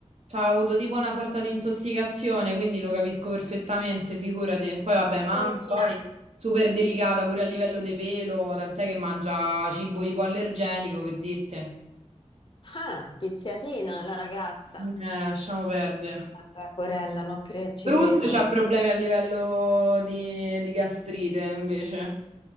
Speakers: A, on the right; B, on the left.
A: C'ha avuto tipo una sorta di intossicazione, quindi lo capisco perfettamente, figurati. Poi vabbè, mamma,
B: poverina.
A: poi super delicata pure a livello di pelo, tant'è che mangia cibo ipoallergenico per dite.
B: Ah, pizziatina la ragazza.
A: Eh, lasciamo perdere.
B: Vabbè, porella, no, cre- ci
A: Bruce
B: credo.
A: c'ha problemi a livello di, di gastrite, invece.